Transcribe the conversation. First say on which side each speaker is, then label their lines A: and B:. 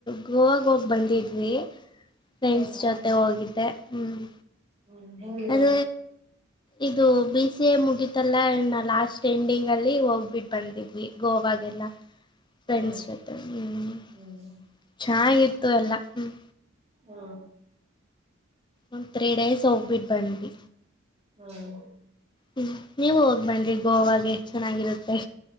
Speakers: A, on the left (about 25°); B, on the right (about 30°).
A: ಗೋವಾಗ ಹೋಗಿ ಬಂದಿದ್ವಿ ಫ್ರೆಂಡ್ಸ್
B: ಹೌದಾ
A: ಜೊತೆ ಹೋಗಿದ್ದೆ ಹ್ಮ್
B: ಹ್ಮ
A: ಅದ ಇದು ಬಿ ಸಿ ಎ ಮುಗಿತಲ್ಲ ಇ ಲಾಸ್ಟ್ ಎಂಡಿಂಗ್ ಅಲ್ಲಿ ಹೋಗ್ಬಿಟ್ಟ ಬಂದಿದ್ವಿ ಗೋವಾಗೆಲ್ಲ ಫ್ರೆಂಡ್ಸ್
B: ಹ್ಮ್
A: ಜೊತೆ ಹ್ಮ್
B: ಹ್ಮ್
A: ಚನ್ನಾಗಿತ್ತು ಎಲ್ಲ ಹ್ಮ್
B: ಹ್ಮ
A: ಒಂದ್ ತ್ರೀ ಡೈಸ್ ಹೋಗ್ಬಿಟ್ಟ ಬಂದೆ
B: ಹ್ಮ್
A: ಹ್ಮ್ ನೀವು ಹೋಗಿ ಬಂದ್ರಿ ಗೋವಾಗೆ ಚೆನ್ನಾಗಿರುತ್ತೆ